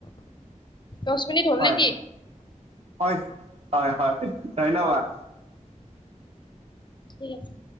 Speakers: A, on the left; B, on the right.
A: দছ মিনিট হ'ল
B: হয়
A: নে কি?
B: হয় হয়, হয় ধন্যবাদ।
A: ঠিক আছে।